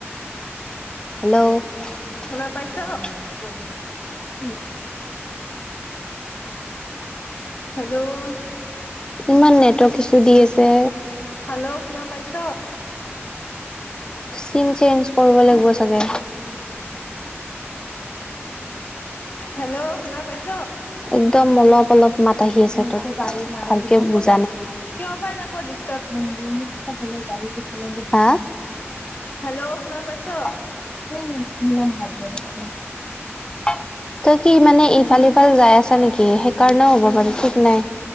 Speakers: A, on the left; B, on the left.
A: হেল্ল' কি
B: শুনা পাইছ হেল্ল'
A: ইমান নেটৱৰ্ক ইছু দি আছে
B: হেল্ল' শুনা পাইছ
A: চিম চেঞ্জ কৰিব লাগিব চাগে।
B: হেল্ল অাৰ পাই <unintelligible>
A: একদম অলপ অলপ মাত আহি আছে তোৰ ভালকে বুজ
B: কিয় বা এনেকুৱা দিছে
A: লুংগুৰ নি পচলে গা়ি দিছো <unintelligible> হা
B: হেল্ল' শুনা পাইছ
A: স নলাম হাৰ্ডোৰ <unintelligible> তই কি মানে ইফাল সিফাল যাই আছা নেকি সেইকাৰণেও হ'ব
B: উ
A: পাৰে ঠিক নাই।